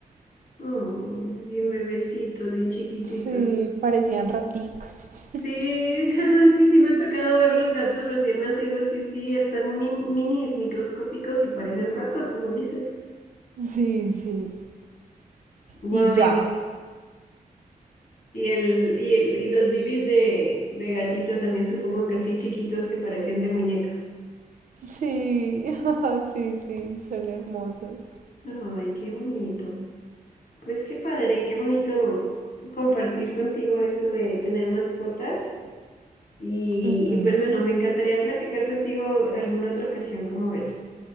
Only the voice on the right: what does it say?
Sí, parecían raticas.
<laughs>
Sí, sí.
Y ya.
Sí, <laughs> sí, sí, son hermosos.
Ujú.